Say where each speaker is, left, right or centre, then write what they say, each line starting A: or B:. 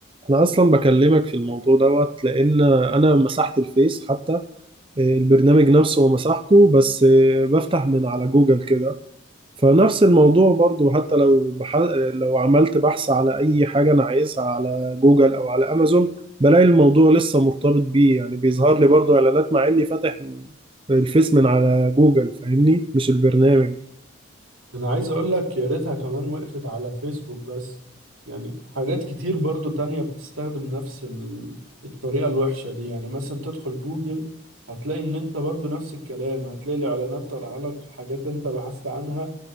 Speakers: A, on the right; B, on the right.
A: انا اصلا بكلمك في الموضوع دوت لان انا مسحت الفيس حتى آه، البرنامج نفسه ومسحته بس آه، بفتح من على جوجل كده فنفس الموضوع برضو حتى لو بح... لو عملت بحث على أي حاجة أنا عايزها على جوجل أو على أمازون بلاقي الموضوع لسه مرتبط بيه يعني بيظهر لي برضو إعلانات مع إني فاتح الفيس من على جوجل فاهمني مش البرنامج
B: انا عايز اقول لك يا ريتها كمان وقفت على فيسبوك بس يعني حاجات كتير برضو تانية بتستخدم نفس ال- الطريقة الوحشة دي يعني مثلا تدخل جوجل هتلاقي ان انت برضو نفس الكلام هتلاقي الاعلانات طالعة لك حاجات انت بحثت عنها